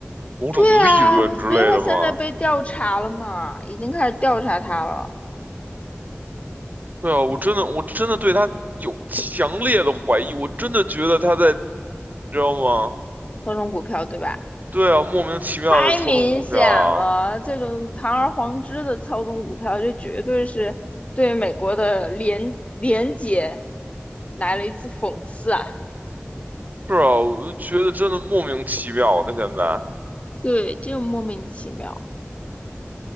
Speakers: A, on the right; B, on the left.
A: 某种利润之类的吗？
B: 对啊，所以他现在被调查了嘛，已经开始调查他了，
A: 对啊，我真的我真的对他有强烈的怀疑，我真的觉得他在，你知道吗？
B: 操纵股票，对吧？
A: 对啊，莫名其妙的操纵股票啊
B: 太明显了，这种堂而皇之的操纵股票，这绝对是对美国的廉廉洁来了一次讽刺啊！
A: 是啊，我就觉得真的莫名其妙的。现在
B: 对，就莫名其妙。